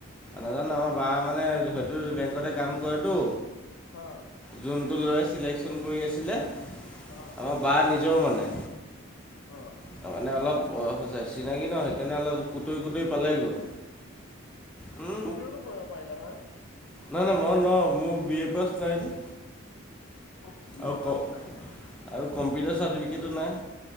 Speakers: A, in the centre; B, on the left.
A: নাজানো আমাৰ বা মানে হেইতো বেংকতে কাম কৰেতো।
B: অ
A: যোনটো ল'ৰাই চিলেকশ্যন কৰি আছিলে।
B: অ
A: আ বা নিজৰ মানে।
B: অঁ
A: তামানে অলপ বয়স হৈছে চিনাকি ন সেইকাৰণে অলপ কুটই কুটই পালেগৈ। উম
B: তুমিওতো কৰিব পাৰিলা হয়
A: নাই নাই মই নোৱাও মোৰ বি এ পাছ নাই যে।
B: অ বি
A: আৰু
B: এ পাছ
A: ক আৰু
B: লাগে
A: কম্পিউটাৰ চাৰ্টিফিকেটো নাই।